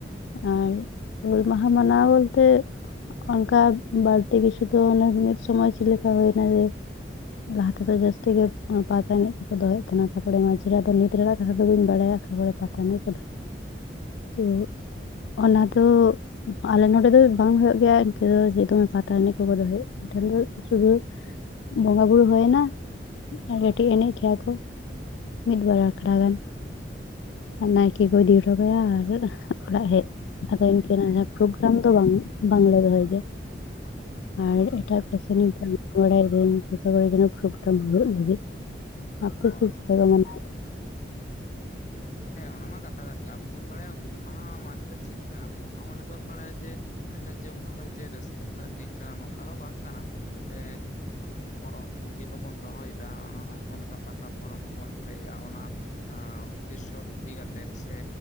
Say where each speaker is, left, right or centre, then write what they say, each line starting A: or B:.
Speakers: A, on the left (about 80°); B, on the left (about 45°).
A: ᱟᱨ ᱦᱩᱞ ᱢᱟᱦᱟ ᱢᱟᱱᱟᱣ ᱵᱚᱞᱛᱮ ᱚᱱᱠᱟ ᱵᱟᱲᱛᱤ ᱠᱤᱪᱷᱩ ᱫᱚ ᱚᱱᱮ ᱢᱤᱫ ᱥᱚᱢᱚᱭ ᱪᱮᱫ ᱞᱮᱠᱟ ᱦᱩᱭᱱᱟ ᱡᱮ ᱞᱟᱦᱟ ᱛᱮᱫᱚ ᱡᱟᱹᱥᱛᱤ ᱜᱮ ᱚᱱᱟ ᱯᱟᱛᱟ ᱮᱱᱮᱡ ᱠᱚᱠᱚ ᱫᱚᱦᱚᱭᱮᱫ ᱛᱟᱦᱮᱱᱟ ᱛᱟᱯᱚᱨᱮ ᱢᱟᱡᱮᱟᱜ ᱫᱚ ᱱᱤᱛ ᱨᱮᱱᱟᱜ ᱠᱟᱛᱷᱟ ᱫᱚ ᱵᱟᱹᱧ ᱵᱟᱲᱟᱭᱟ ᱛᱟᱨᱚᱨᱮ᱾ <unintelligible> ᱛᱚ ᱚᱱᱟ ᱫᱚ ᱟᱞᱮ ᱱᱚᱰᱮ ᱫᱚ ᱵᱟᱝ ᱦᱚᱭᱩᱜ ᱜᱮᱭᱟ ᱤᱱᱠᱟᱹ ᱡᱮ ᱫᱚᱢᱮ ᱯᱟᱛᱟ ᱱᱮᱱᱡ ᱠᱚᱠᱚ ᱫᱚᱦᱚᱭᱟ ᱟᱞᱮ ᱴᱷᱮᱱ ᱫᱚ᱾ ᱥᱩᱫᱷᱩ ᱵᱚᱸᱜᱟ ᱵᱩᱨᱩ ᱦᱚᱭᱱᱟ, ᱟᱨᱠᱟᱹᱴᱳᱡ ᱮᱱᱮᱡ ᱠᱮᱭᱟᱠᱚ, ᱾ ᱢᱤᱫᱵᱟᱨ ᱜᱷᱚᱱᱟ ᱜᱟᱱ
B: ᱟᱪᱪᱷᱟ ᱟᱪᱪᱷᱟ᱾
A: ᱟᱨ ᱱᱟᱭᱠᱮ ᱠᱚ ᱤᱫᱤ ᱦᱚᱴ ᱦᱚᱴᱚᱠᱟᱭᱟ ᱟᱨ ᱚᱲᱟᱜ ᱦᱮᱡ᱾ ᱟᱫᱚ ᱤᱱᱠᱟᱹᱱᱟᱜ ᱡᱟᱦᱟᱸ ᱯᱨᱳᱜᱨᱟᱢ ᱫᱚ ᱵᱟᱝ ᱵᱟᱝᱞᱮ ᱫᱚᱦᱚᱭ ᱜᱮᱭᱟ᱾
B: <inaudible>
A: ᱟᱨ ᱮᱴᱟᱜ
B: ᱦᱮᱸ
A: ᱠᱚᱥᱮᱱᱤᱧ ᱠᱟᱹᱢᱤ ᱵᱟᱲᱟᱭ ᱫᱟᱹᱧ, ᱪᱤᱠᱟᱹ ᱵᱟᱲᱟᱭ ᱫᱟᱹᱧ, ᱚᱱᱟ ᱯᱨᱩᱯᱴᱟᱝ ᱦᱳᱭᱳᱜ ᱞᱟᱹᱜᱤᱫ᱾ ᱟᱠᱮᱥᱮᱫ
B: ᱚ
A: ᱪᱮᱫᱠᱟ ᱠᱚ ᱢᱟᱱᱟᱣ ᱜᱮᱭᱟ?
B: ᱦᱮᱸ ᱚᱱᱟ ᱢᱟ ᱠᱟᱛᱷᱟ ᱠᱟᱱ ᱜᱮᱭᱟ, ᱟᱵᱚ ᱵᱚᱱ ᱵᱟᱲᱟᱭᱟ ᱦᱩᱞ ᱢᱟᱦᱟ ᱢᱟᱱᱮ ᱫᱚ ᱪᱮᱫ ᱠᱟᱱᱟ, ᱦᱩᱞ ᱢᱟᱦᱟ ᱢᱟᱱᱮ ᱫᱚᱵᱚᱱ ᱵᱟᱲᱟᱭᱟ ᱡᱮ ᱢᱤᱫᱴᱟᱝ ᱡᱮ ᱩᱱᱦᱤᱞᱳᱜ ᱡᱮ ᱨᱟᱹᱥᱠᱟᱹ ᱨᱮᱱᱟᱜ ᱫᱤᱱ ᱠᱟᱱᱟ ᱱᱚᱝᱠᱟ ᱦᱚᱸ ᱵᱟᱝ ᱠᱟᱱᱟ, ᱥᱮ ᱯᱚᱨᱚᱵ ᱢᱟᱹᱡᱷᱤ ᱠᱚᱵᱚᱱ ᱫᱚᱦᱚᱭᱫᱟ ᱚᱱᱟ ᱡᱟᱦᱟᱸ ᱞᱮᱠᱟ ᱯᱟᱛᱟ ᱯᱚᱨᱚᱵᱽ ᱠᱚᱵᱚᱱ ᱫᱚᱦᱚᱭᱮᱜᱼᱟ ᱚᱱᱟ ᱟ ᱩᱫᱽᱫᱮᱥᱥᱚ ᱤᱫᱤ ᱠᱟᱛᱮᱫ, ᱥᱮ